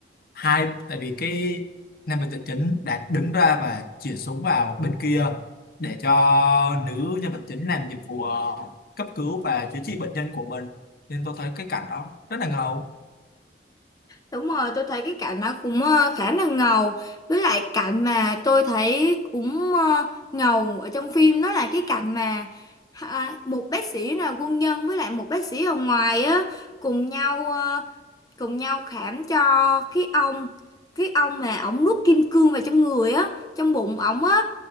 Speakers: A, on the left; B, on the left.
A: hai tại vì cái nam vật chính đã đứng ra và chĩa súng vào bên kia để cho nữ nhân vật chính làm nhiệm vụ ờ, cấp cứu và chữa trị bệnh nhân của mình nên tôi thấy cái cảnh đó rất là ngầu
B: Đúng rồi, tôi thấy cái cảnh nó cũng ờ, khá là ngầu. Với lại cảnh mà tôi thấy cũng ờ, ngầu ở trong phim đó là cái cảnh mà à, một bác sĩ là quân nhân với lại một bác sĩ ở ngoài á cùng nhau ờ, cùng nhau khám cho cái ông cái ông mà ổng nuốt kim cương vào trong người á, trong bụng ổng á,